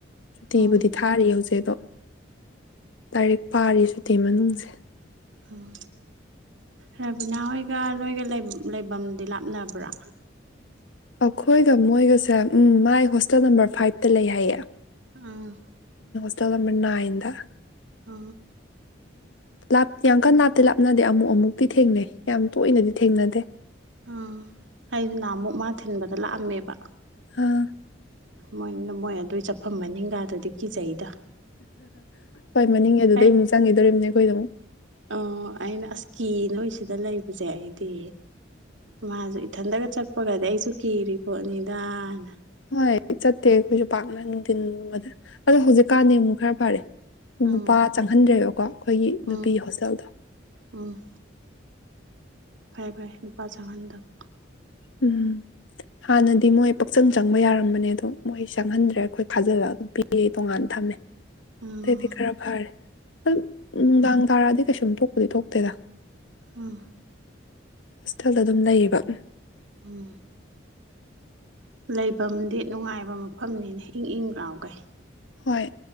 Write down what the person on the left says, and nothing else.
ꯁꯨꯇꯤꯕꯨꯗꯤ
ꯊꯥꯔꯤ ꯍꯧꯖꯤꯛ ꯑꯗꯣ ꯂꯥꯏꯔꯤꯛ ꯄꯥꯔꯤ ꯁꯨꯇꯤ ꯃꯅꯨꯡꯁꯦ
ꯑꯩꯈꯣꯏꯒ ꯃꯣꯏꯒꯁꯦ ꯎꯝ ꯃꯥꯏ ꯍꯣꯁꯇꯦꯜ ꯅꯝꯕꯔ ꯐꯥꯏꯚꯇ ꯂꯩ ꯍꯥꯏꯌꯦ
ꯗ ꯃꯅꯅ ꯑꯗ <unintelligible>
ꯑꯗꯣ ꯌꯥꯡ ꯀꯟ ꯂꯥꯞꯇꯦ ꯂꯥꯞꯅꯗꯦ ꯑꯃꯨꯛ ꯑꯃꯨꯛꯇꯤ ꯊꯦꯡꯅꯩ ꯌꯥꯝ ꯇꯣꯏꯅꯗꯤ ꯊꯦꯡꯅꯗꯦ
ꯑꯥ
ꯍꯣꯏ ꯃꯅꯤꯡ ꯑꯗꯨꯗꯩ
ꯑꯃꯨꯛ ꯆꯪꯈꯤꯗꯣꯝꯅꯦ ꯑꯩꯈꯣꯏꯗ ꯑꯃꯨꯛ
ꯍꯣꯏ ꯆꯠꯇꯦ ꯑꯩꯈꯣꯏꯁꯨ ꯄꯥꯛꯅ ꯅꯨꯡꯊꯤꯟꯒꯨꯝꯕꯗ ꯑꯗꯣ ꯍꯧꯖꯤꯛꯀꯥꯟꯗꯤ ꯑꯃꯨꯛ ꯈꯔ ꯐꯔꯦ
ꯅꯨꯄꯥ ꯆꯪꯍꯟꯗ꯭ꯔꯦꯕꯀꯣ ꯑꯩꯈꯣꯏꯒꯤ ꯅꯨꯄꯤ
ꯍꯣꯁꯇꯦꯜꯗꯣ
ꯎꯝ ꯍꯥꯟꯅꯗꯤ ꯃꯣꯏ ꯄꯛꯆꯪ ꯆꯪꯕ ꯌꯥꯔꯝꯕꯅꯦ ꯑꯗꯣ ꯃꯣꯏ ꯆꯪꯍꯟꯗ꯭ꯔꯦ ꯑꯈꯣꯏ ꯈꯥꯖꯤꯜꯂꯒ ꯄꯤꯔꯦ ꯇꯣꯡꯉꯥꯟ ꯊꯝꯃꯦ
ꯑꯇꯩꯗꯤ ꯈꯔ ꯐꯔꯦ ꯍꯨꯡ ꯅꯨꯡꯗꯥꯡ ꯇꯔꯛꯑꯗꯤ ꯀꯩꯁꯨꯝ ꯊꯣꯛꯄꯗꯤ ꯊꯣꯛꯇꯦꯗ
ꯍꯣꯁꯇꯦꯜꯗ ꯑꯗꯨꯝ ꯂꯩꯌꯦꯕ
ꯍꯣꯏ